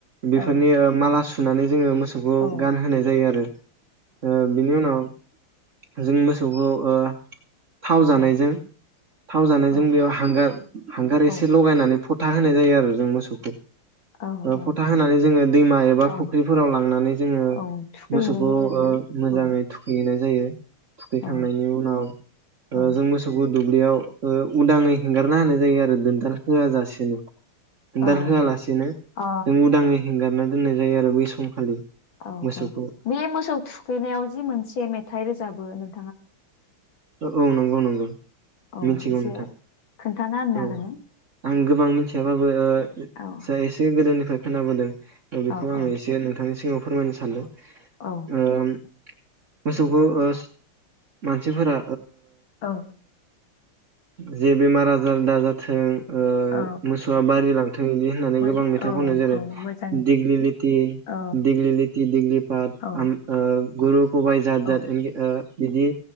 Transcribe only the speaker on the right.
बेफोरनि
ओ माला सु नानै जोङो मो सौखौ
गानहोनाय जायो आरो। ओ बिनि उनाव जों मोसौखौ ओ थाव जानायजों
थाव जानायजों
बेयाव हांगार हांगार एसे
लगायनानै फथ था होनाय जायो आरो जों मोसौखौ।
ओ
फथा होनानै जोङो दैमा एबा
फुख्रिफोराव लांनानै जोङो
मोसौखौ
ओ मोजाङै
थुखैहैनाय जायो। थुखैखांनायनि
उनाव
ओ जों मोसौखौ दुब्लियाव ओ उदाङै होंंगारना होनाय जायो आरो दोनदार होआ जासेनो। होनदार
होआलासेनो
जों उदाङै हेंगारना दोननाय जायो आरो बै समखालि।
मोसौखौ
ओ औ नोंगौ नोंगौ
मिनथिगौ
नोंथां
औ
आं गोबां मिथियाबाबो ओ
एसे गोदोनिफ्राय खोनाबोदों दा बेखौ
आङो
एसे नोंथांनि सिगाङाव फोरमायनो सानदों।
ओम मोसौखौ ओस मानसिफोरा
जे बेमार आजार दाजाथों ओ
मोसौआ बारि लां थैइदि होननानै
गोबां मेथाइ
खननाय जेरै
दिग्लि लिथि
दिग्लि लिथि दिग्लि पाट
आम ओ गुरुख खबाइ जाद
जाद एनखे ओ बिदि